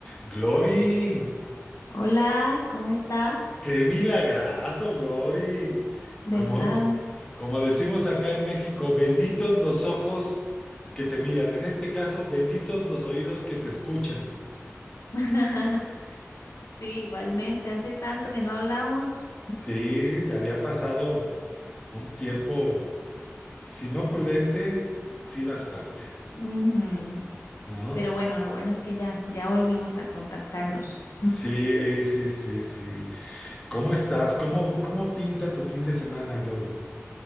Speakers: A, on the left (about 20°); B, on the left (about 80°).
A: Glory,
B: Hola, ¿cómo está?
A: qué milagrazo, Glory.
B: ¿Verdad?
A: Como, como decimos acá en México, benditos los ojos que te miran. En este caso, benditos los oídos que te escuchan.
B: <laughs> Sí, igualmente, hace tanto que no hablamos.
A: Sí, ya había pasado un tiempo, si no prudente, sí bastante,
B: Ujú.
A: ¿no?
B: Pero bueno, lo bueno es que ya, ya volvimos a contactarnos.
A: Sí, sí, sí, sí. ¿Cómo estás? ¿Cómo, cómo pinta tu fin de semana, Glory?